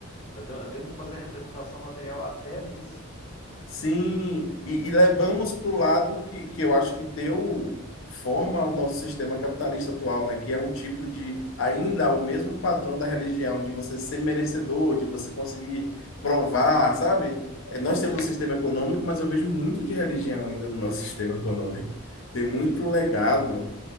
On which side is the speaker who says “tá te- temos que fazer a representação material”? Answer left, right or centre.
Left